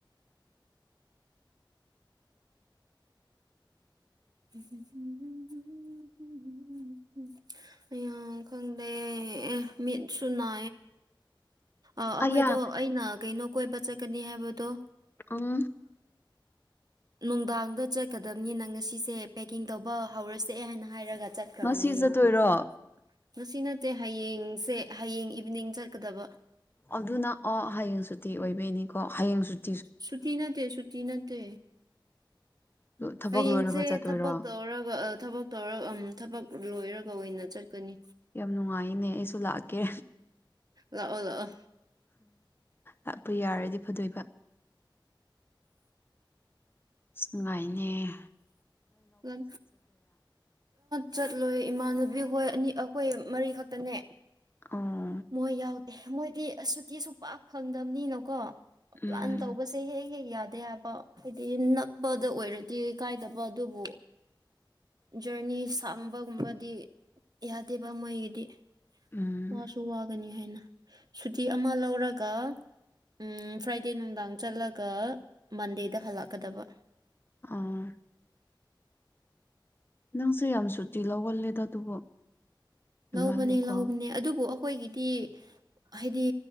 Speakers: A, on the right; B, on the left.
A: <unintelligible> ꯈꯪꯗꯦ ꯃꯤ ꯁꯨꯅꯥ ꯑ ꯑꯩꯍꯣꯏꯗꯣ
B: ꯑꯌꯥ
A: ꯑꯩꯅ ꯀꯩꯅꯣ ꯀꯣꯏꯕ ꯆꯠꯀꯅꯤ ꯍꯥꯏꯕꯗꯣ
B: ꯎꯝ
A: ꯅꯨꯡꯗꯥꯡꯗ ꯆꯠꯀꯗꯕꯅꯤ ꯅꯪ ꯉꯁꯤꯁꯦ ꯄꯦꯛꯀꯤꯡ ꯇꯧꯕ ꯍꯧꯔꯁꯦ ꯍꯥꯏꯅ ꯍꯥꯏꯔꯒ ꯆꯠ ꯀꯝꯅꯦ
B: ꯉꯁꯤ ꯆꯠꯇꯣꯏꯔꯣ
A: ꯃꯥꯅꯗꯤ ꯉꯁꯤ ꯅꯠꯇꯦ ꯍꯌꯦꯡꯁꯦ ꯍꯌꯦꯡ ꯏꯚꯅꯤꯡ ꯆꯠꯀꯗꯕ
B: ꯑꯗꯨꯅ ꯑꯣ ꯍꯌꯦꯡ ꯁꯨꯇꯤ ꯑꯣꯏꯕꯩꯅꯤꯀꯣ ꯍꯌꯦꯡ ꯁꯨꯇꯤ
A: ꯁꯨꯇ ꯅꯠꯇꯦ ꯁꯨꯇ ꯅꯠꯇ
B: ꯂꯣ- ꯊꯕꯛ
A: ꯍꯌꯦꯡꯁꯦ
B: ꯂꯣꯏꯔꯒ ꯆꯠꯇꯣꯏꯔꯣ
A: ꯊꯕꯛ ꯇꯧꯔꯒ ꯊꯕꯛ ꯇꯧꯔ ꯊꯕꯛ ꯂꯣꯏꯔꯒ ꯑꯣꯏꯅ ꯆꯠꯀꯅꯤ
B: ꯌꯥꯝ ꯅꯨꯡꯉꯥꯏꯅꯦ ꯑꯩꯁꯨ ꯂꯥꯛꯀꯦ
A: ꯂꯥꯛꯑꯣ ꯂꯥꯛꯑꯣ
B: ꯂꯥꯛꯄ ꯌꯥꯔꯗꯤ ꯐꯗꯣꯏꯕ ꯁꯉꯥꯏꯅꯦ
A: ꯎ ꯆꯠꯂꯣꯏ ꯏꯃꯥꯟꯅꯕꯤ ꯍꯈꯣꯏ ꯑꯅꯤ ꯑꯩꯈꯣꯏ ꯃꯔꯤ ꯈꯛꯇꯅꯦ
B: ꯑꯥ
A: ꯃꯣꯏ ꯌꯥꯎꯗꯦ ꯃꯣꯏꯗꯤ ꯑ ꯁꯇꯤꯁꯨ ꯄꯥꯛ ꯐꯪꯗꯕꯅꯤꯅꯀꯣ
B: ꯎꯝ
A: ꯄ꯭ꯂꯥꯟ ꯇꯧꯕꯁꯦ ꯍꯦꯛ ꯍꯦꯛ ꯌꯥꯗꯦ ꯍꯥꯏꯕ ꯍꯥꯏꯗꯤ ꯅꯛꯄꯗ ꯑꯣꯏꯔꯗꯤ ꯀꯥꯏꯗꯕ ꯑꯗꯨꯕꯨ ꯖꯔꯅꯤ ꯁꯥꯡꯝꯕꯒꯨꯝꯕꯗꯤ ꯌꯥꯗꯦꯕ ꯃꯣꯏꯒꯤꯗꯤ
B: ꯎꯝ꯫
A: ꯋꯥꯁꯨ ꯋꯥꯒꯅꯤ ꯍꯥꯏꯅ ꯁꯨꯇꯤ ꯑꯃ ꯂꯧꯔꯒ ꯎꯝ ꯐ꯭ꯔꯥꯏꯗꯦ ꯅꯨꯡꯗꯥꯡ ꯆꯠꯂꯒ ꯃꯟꯗꯦꯗ ꯍꯜꯂꯛꯀꯗꯕ꯫
B: ꯑꯥ꯫ ꯅꯪꯁꯨ ꯌꯥꯝ ꯁꯨꯇꯤ ꯂꯧꯒꯜꯂꯦꯗ ꯑꯗꯨꯕꯨ ꯍꯦꯟꯃꯜꯂꯦꯀꯣ
A: ꯂꯧꯕꯅꯦ ꯂꯧꯕꯅꯦ ꯑꯗꯨꯕꯨ ꯑꯩꯈꯣꯏꯒꯤꯗꯤ ꯍꯥꯏꯗꯤ꯫